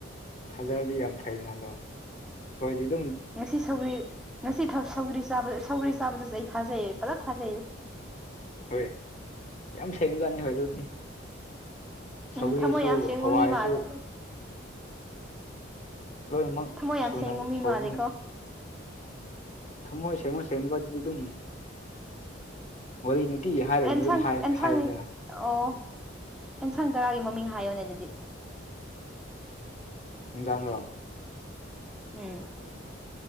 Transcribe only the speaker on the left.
ꯊꯥꯖꯔꯗꯤ ꯌꯥꯝ ꯐꯩ ꯅ ꯗꯣ ꯍꯣꯏꯗꯤ ꯑꯗꯨꯝ
ꯍꯣꯏ ꯌꯥꯝ ꯊꯦꯡꯅꯖꯥꯠꯅꯤ ꯍꯣꯏ ꯑꯗꯨꯗꯤ
ꯁꯧꯒꯔꯤꯁꯨ
ꯍꯋꯥꯏꯁꯨ
ꯂꯣꯏꯅꯃꯛ
ꯁꯨꯅ
ꯊꯧꯕꯅꯤꯅ
ꯊꯃꯣꯏ ꯁꯦꯃꯣꯏ ꯁꯩꯅꯕꯕꯤꯗꯨ ꯋꯥꯔꯤ ꯅꯨꯡꯇꯤꯒꯤ ꯍꯥꯏꯔꯅꯤ
ꯑꯗꯨꯝ
ꯍꯥꯏꯕꯅꯤꯅ
ꯖꯥꯡꯉꯣ